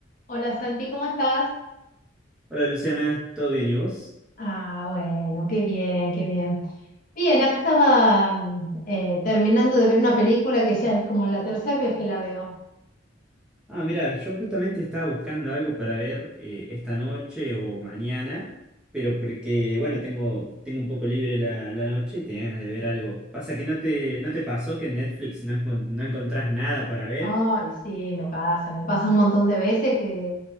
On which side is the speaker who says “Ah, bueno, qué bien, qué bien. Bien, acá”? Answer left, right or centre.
Left